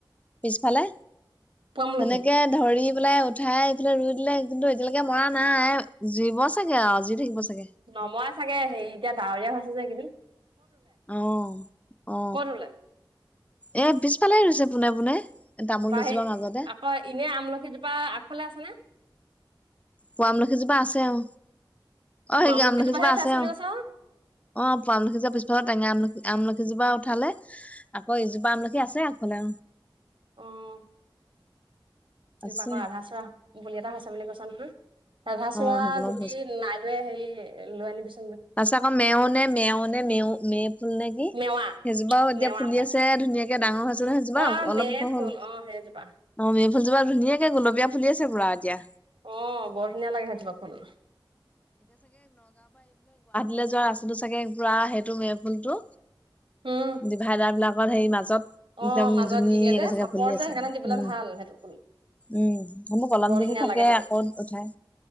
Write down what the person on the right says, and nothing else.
পুৱামলখি
নমৰে চাগে হেৰি এতিয়া ডাৱৰীয়া হৈছে যে সেইদিন
ৰুলে
তাৰপা
সেই
আকৌ এনে আমলখিজোপা আগফালে আছেনে।
আমলখিজোপাহে
উঠাইছে
বুলি
কৈছ
আহ
পাকৰ আধা চা বুলি এটা হৈছে বুলি কৈছে নহয়। ৰাধা চুৰা
গুটি নাই লৈ হেৰি লৈ আনি বিচ
মেৱা
মেৱা
হবা
অ
মে
ফুল
অ সেইজোপা
অ বৰ ধুনীয়া লাগে আহ জহৱাব ফুল
উম
অ
মাজত
দি দিয়ে যে
চাপৰ
যে
সেইকাৰণে
দিবলৈ
ভাল সেইটো ফুল
বৰ
ধুনীয়া
লাগে সেইটো